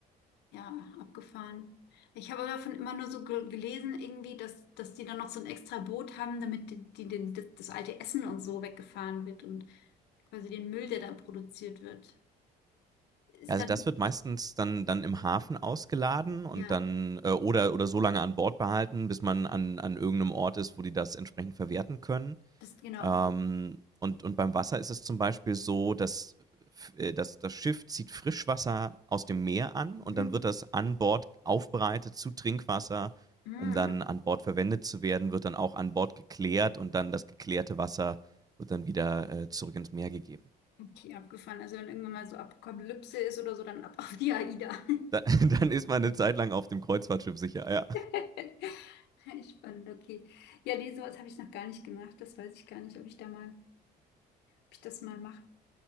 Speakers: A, on the left; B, on the right.
A: Ja, abgefahren. Ich habe davon immer nur so ge- gelesen, irgendwie, dass, dass die dann noch so ein extra Boot haben, damit die, die, den- das, das alte Essen und so weggefahren wird und quasi den Müll, der da produziert wird. Ist
B: Also
A: dann,
B: das wird meistens dann, dann im Hafen ausgeladen und
A: ja,
B: dann äh, oder, oder so lange an Bord behalten, bis man an, an irgendeinem Ort ist, wo die das entsprechend verwerten können.
A: das genau.
B: Ähm, und, und beim Wasser ist es zum Beispiel so, dass, äh, dass das Schiff zieht Frischwasser aus dem Meer an
A: Mhm.
B: und dann wird das an Bord aufbereitet zu Trinkwasser,
A: Mhm.
B: um dann
A: Okay,
B: an Bord verwendet zu werden, wird dann auch an Bord geklärt und dann das geklärte Wasser wird dann wieder äh, zurück ins Meer gegeben. <laughs>
A: Okay, abgefahren. Also wenn irgendwann mal so Apokalypse ist oder so, dann ab auf die AIDA.
B: Da, dann ist man eine Zeit lang auf dem Kreuzfahrtschiff sicher, ja.
A: <laughs> Spannend, okay. Ja, nee, sowas habe ich noch gar nicht gemacht. Das weiß ich gar nicht, ob ich da mal, ob ich das mal mache.